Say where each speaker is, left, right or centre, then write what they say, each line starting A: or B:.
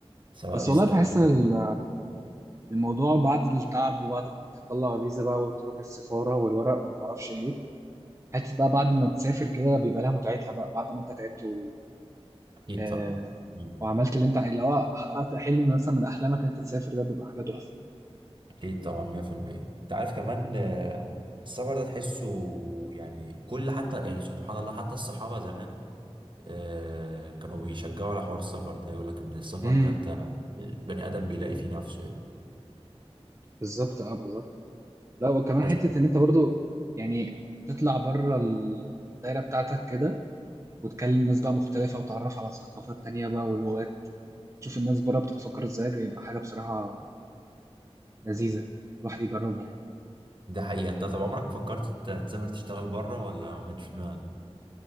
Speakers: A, on the right; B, on the right.
A: سواء
B: بس
A: فيزا
B: والله بحس
A: أمريكا
B: ال- الموضوع بعد التعب وبعد ما تطلع فيزا بقى وتروح السفاره والورق وما اعرفش ايه حتى بقى بعد ما تسافر كده بيبقى لها متعتها بقى بعد ما انت تعبت و...
A: أكيد
B: آه...
A: طبعا مم.
B: وعملت اللي انت اللي هو حققت حلم مثلا من احلامك ان انت تسافر ده بيبقى حاجه تحفه
A: أكيد طبعا 100% أنت عارف كمان آه، السفر ده تحسه يعني كل حتى يعني سبحان الله حتى الصحابة زمان آه، كانوا بيشجعوا على حوار السفر ده يقول لك إن السفر
B: امم
A: ده أنت البني آدم بيلاقي فيه نفسه يعني
B: بالظبط اه بالظبط لا وكمان
A: بس
B: حتة إن أنت برضو يعني تطلع بره الدايرة بتاعتك كده وتكلم ناس بقى مختلفة وتعرف على ثقافات تانية بقى ولغات تشوف الناس بره بتتفكر إزاي بيبقى حاجة بصراحة لذيذة الواحد يجربها يعني
A: ده حقيقة أنت طب عمرك فكرت ت- تسافر تشتغل بره ولا ما جاتش في دماغك؟